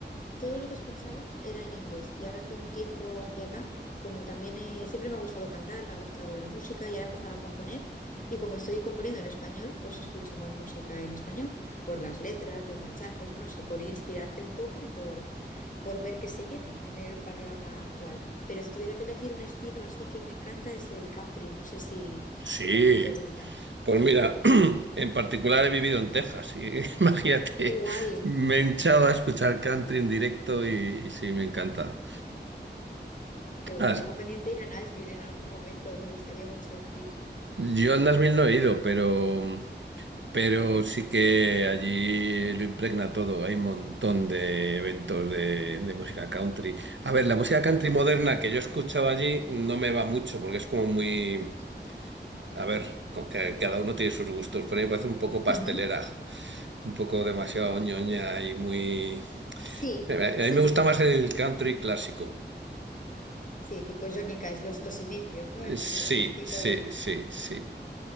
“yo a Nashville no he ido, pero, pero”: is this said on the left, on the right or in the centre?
Right